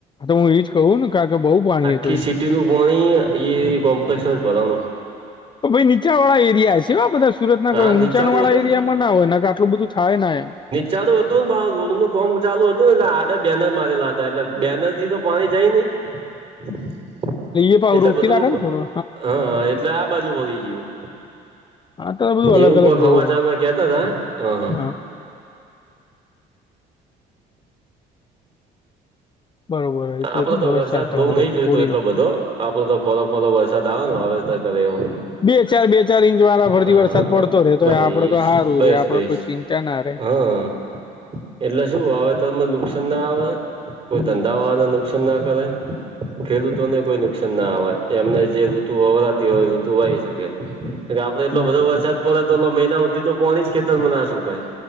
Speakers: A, on the left; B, on the right.
A: તો હું એજ કહું ને કારણ કે બહુ પાણી હત
B: કે સિટી ન પાણી એ કોમ્પલકસ માં ભરાનું.
A: ભાઈ નીચા વાળા એરિયા હસે આ બધાં સુરત
B: હા
A: કોઈ ઊંચણ
B: નીચાડું
A: વાળા
B: હતું
A: એરિયામાં ના હોયને કે આટલું બધું થાય એમ.
B: ચાલુ હતું ને ભો નું કોમ ચાલુ હતું ને એટલે આડ બેનર મારેલા હતા એટલે બેનર થી તો પાણી જાય નહિ. <inaudible>
A: એ પાહુ
B: એટલે
A: રોકી
B: બધું
A: રાખે ને થોડો
B: હા એટલે આ બાજુ વહી જ્યું.
A: આ તો બધું
B: એવું
A: અલગ અલગ
B: પગ
A: બહુ
B: હમાચારમાં
A: હે
B: કેતા હતા હ.
A: હા. બરોબર એ
B: આપડો
A: છે
B: તો
A: ને
B: વરસાદ બઉ
A: હારો
B: નહી જોયતો
A: થોડીનો
B: એટલો બધો આપડો તો ફોરોફરો વરસાદ આવે ન હવે કરે એવો.
A: બે ચાર બે ચાર ઇંચ વાળા ફરથી
B: હા
A: વરસાદ પડતો રે તો
B: બઈશ
A: આપડો તો સારું
B: બઈશ
A: રે આપડ
B: બઈશ
A: કોઈ ચિંતા ત્યા ના ર
B: હા એટલે શું આવે તોને નુકસાન ના આવે કોઈ
A: હમ
B: ધંધા વાને નુકસાન ના કરે. ખેડૂતોને કોઈ નુકસાન ના આવેય એમને જે ઋતુ વવરાતી હોય એ ઋતુ વાહી શકે. આપડે એટલો
A: ના
B: બધો વરસાદ પડે તો મહિના હુંધી તો પાણી જ ખેતરમાં ના સુકાય.